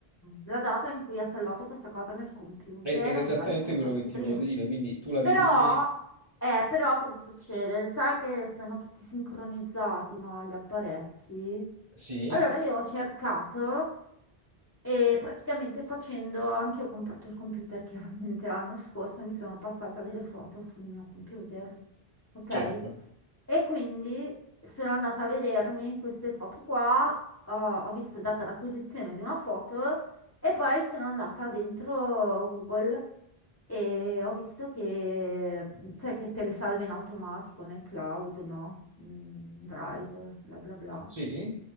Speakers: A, on the left (about 20°); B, on the right (about 30°).
A: la data in cui ha salvato questa cosa nel computer,
B: È- Ed è
A: e
B: esattamente
A: magari sono
B: quello
A: foto
B: che
A: di
B: ti
A: prima.
B: volevo dire, quindi tu la
A: Però,
B: vedi lì?
A: eh, però cosa succede? Sai che sono tutti sincronizzati, no, gli apparecchi?
B: Sì,
A: Allora io ho cercato e praticamente facendo, anche io ho comprato il computer <laughs> chiaramente l'anno scorso, mi sono passata delle foto sul mio computer, ok?
B: certo.
A: E quindi sono andata a vedermi queste foto qua, ho, ho visto data l'acquisizione di una foto e poi sono andata dentro Google e ho visto che, cioè, che te le salva in automatico nel cloud, no? Mm, Drive, bla bla bla.
B: Sì.